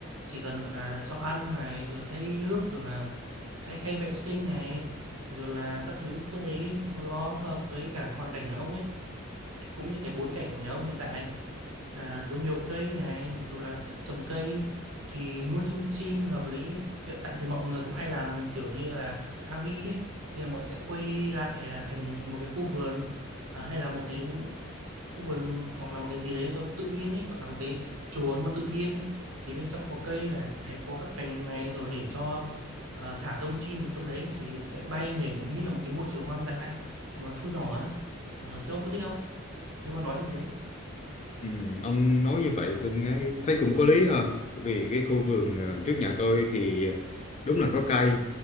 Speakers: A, on the right; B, on the left.
A: chỉ cần gọi là cho ăn này rồi thay nước rồi là thay khay vệ sinh này rồi là các thứ tôi thấy nó hợp với cả cái hoàn cảnh nhà ông ấy cũng như cái bối cảnh của nhà ông hiện tại là có nhiều cây này rồi là thích trồng cây thì nuôi thêm chim là hợp lý hiện tại thì mọi người cũng hay làm kiểu như là avi ấy như là mọi sẽ quay lại à, thành một cái khu vườn à, hay là một cái khu vườn hoặc là một cái gì đấy nó tự nhiên ấy gọi là một cái chuồng nhưng mà tự nhiên thì bên trong có cây này có các cành này rồi để cho à, thả rông chim ở trong đấy thì sẽ bay nhảy như là một cái môi trường hoang dã mà thu nhỏ ấy Ờ, thế ông có thích không nếu mà nói như thế
B: Ừ, ông nói như vậy tôi nghe thấy cũng có lý ha bởi vì cái khu vườn ờ, trước nhà tôi thì ờ, đúng là có cây